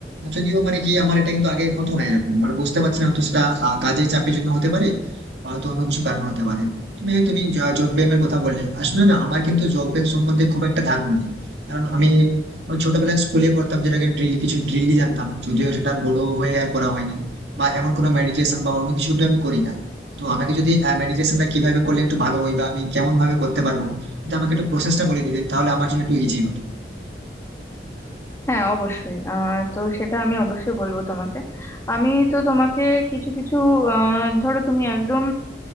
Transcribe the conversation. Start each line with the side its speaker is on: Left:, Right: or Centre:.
Right: যদিও মানে কি আমার এটা কিন্তু আগে হতো না এরকম বাট বুঝতে পারছি না তো সেটা আহ, কাজের চাপের জন্য হতে পারে হয়তো অন্য কিছু কারণ হতে পারে তুমি তুমি জব ব্যায়ামের কথা বললে আসলে না আমার কিন্তু জব ব্যায়াম সম্বন্ধে খুব একটা ধারণা নেই কারণ আমি ওই ছোটবেলায় স্কুলে করতাম যেটাকে ড্রিল কিছু ড্রিলই জানতাম যদিও সেটা আর বড় হয়ে আর করা হয়নি বা এমন কোনো মেডিটেশন বা অন্য কিছু কিন্তু আমি করি না তো আমাকে যদি মেডিটেশনটা কিভাবে করলে একটু ভালো হয় বা আমি কেমন ভাবে করতে পারবো যদি আমাকে একটু প্রসেসটা বলে দিতে তাহলে আমার জন্য একটু ইজি হতো
Left: হ্যাঁ অবশ্যই আর তো সেটা আমি অবশ্যই বলবো তোমাকে আমি তো তোমাকে কিছু কিছু আহ, ধরো তুমি একদম